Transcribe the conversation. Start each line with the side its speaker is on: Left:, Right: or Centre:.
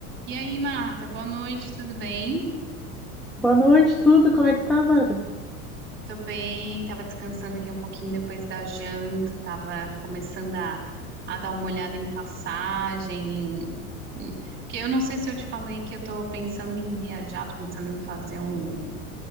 Right: E aí, Marta, boa noite, tudo bem?
Centre: Boa noite, tudo. Como é que tá, Bárbara?
Right: Tô bem, tava descansando aqui um pouquinho depois da janta, tava começando a, a dar uma olhada em passagem, em- em- porque eu não sei se eu te falei que eu tô pensando em viajar, tô pensando em fazer um,